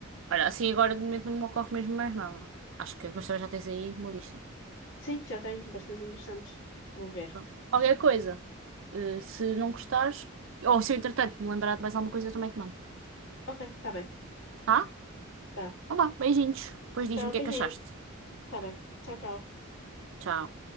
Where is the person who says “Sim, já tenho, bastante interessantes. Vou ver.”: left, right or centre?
Left